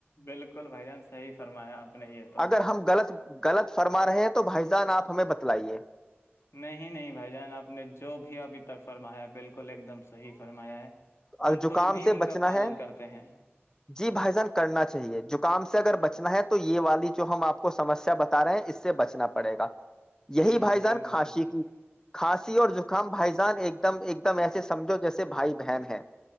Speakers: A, on the left; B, on the left.
A: بالکل بھائی جان صحیح فرمایا آپ نے یہ تو
B: اگر ہم غلط غلط فرما رہے ہیں تو بھائی جان آپ ہمیں بتلائیے
A: نہیں نہیں بھائی جان آپ نے جو بھی ابھی تک فرمایا بالکل کل ایک دم صحیح فرمایا ہے
B: تو ا
A: ہم
B: زکام
A: خود بھی
B: سے
A: ان
B: بچنا
A: کا پالن
B: ہے
A: کرتے ہیں
B: جی بھائی جان کرنا چاہیے زکام سے اگر بچنا چنا ہے تو یہ والی جو ہم آپ کو سمسیا بتا رہے ہیں اس سے بچنا پڑے گا
A: جی
B: یہی
A: بالکل
B: بھائی جان
A: بالکل
B: کھاسیی
A: بھائی
B: کی
A: جان
B: کھاسیی ی اور زکام بھائی جان ایک ایک دم ایک دم ایسے سجھو جیسے بھائی بہن